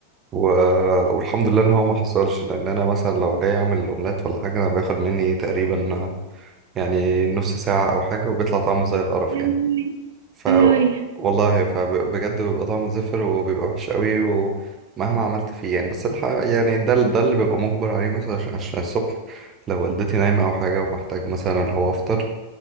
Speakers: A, on the right; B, on the right.
A: و... والحمد لله ان هو ما حصلش لان انا مثلا لو جاي اعمل اومليت ولا حاجه انا بياخد مني تقريبا يعني نص ساعه او حاجه وبيطلع طعمه زي القرف
B: يا
A: يعني
B: نهاري
A: ف
B: يا نهاري
A: والله فبجد بيبقى طعمه زفر وبيبقى وحش قوي ومهما عملت فيه يعني بس الحقيقه يعني ده ال- ده اللي ببقى مجبر عليه مثلا عشان عشان الصبح لو والدتي نايمه او حاجه ومحتاج مثلا اللي هو افطر